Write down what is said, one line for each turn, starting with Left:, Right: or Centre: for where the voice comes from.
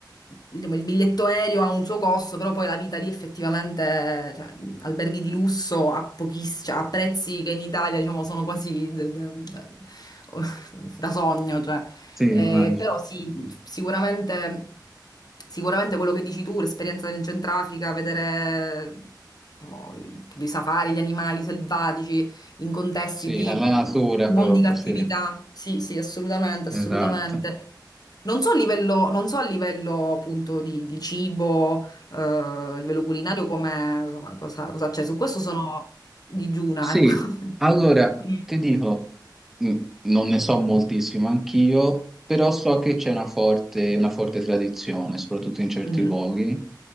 Left: diciamo, il biglietto aereo ha un suo costo, però poi la vita lì effettivamente, cioè, alberghi di lusso a pochiss- cioè, a prezzi che in Italia, diciamo, sono quasi d- d- <laughs> da sogno, cioè.
Centre: Sì,
Left: Eh,
Centre: immagino.
Left: però sì, sicuramente, sicuramente quello che dici tu, l'esperienza in Centrafrica, vedere diciamo, tutti i safari, gli animali selvatici in contesti
Centre: Sì,
Left: di
Centre: la, la natura
Left: non
Centre: proprio,
Left: di cattività.
Centre: sì,
Left: Sì, sì, assolutamente, assolutamente.
Centre: esatto.
Left: Non so a livello, non so a livello appunto di, di cibo, eh, a livello culinario, come, come- cosa, cosa c'è. Su questo sono digiuna,
Centre: Sì,
Left: ecco. <laughs>
Centre: allora
Left: Mm.
Centre: ti dico, mh, non ne so moltissimo anch'io, però so che c'è una forte, una forte tradizione, soprattutto in certi
Left: Mhm.
Centre: luoghi,